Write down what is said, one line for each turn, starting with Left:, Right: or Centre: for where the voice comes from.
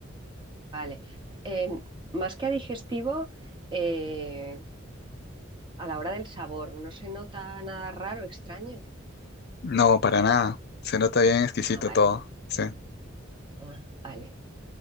Right: Vale. Em, más que a digestivo, eh, a la hora del sabor, ¿no se nota nada raro, extraño?
Left: No, para nada. Se nota bien exquisito
Right: Ah, vale.
Left: todo. Sí.
Right: Ah, vale.